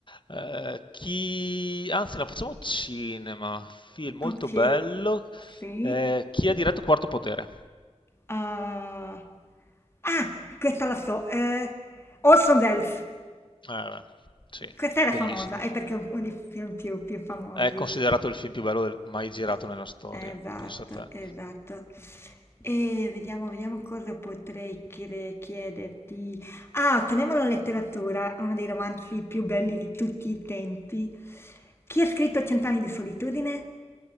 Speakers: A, on the left; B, on the left.
A: Eh, chi... Anzi, no, facciamo cinema, film molto
B: Ok,
A: bello.
B: sì.
A: Eh, chi ha diretto Quarto Potere?
B: ah, ah, questa la so, eh, Orson Welles.
A: Eh, sì,
B: Questa era
A: bellissimo.
B: famosa, è perché è uno dei film più, più famosi.
A: È considerato il film più bello del- mai girato
B: Eh,
A: nella storia,
B: Esatto,
A: pensa te.
B: esatto. E vediamo, vediamo cosa potrei chiede- chiederti. Ah, torniamo alla letteratura, uno dei romanzi più belli di tutti i tempi. Chi ha scritto Cent'anni di solitudine?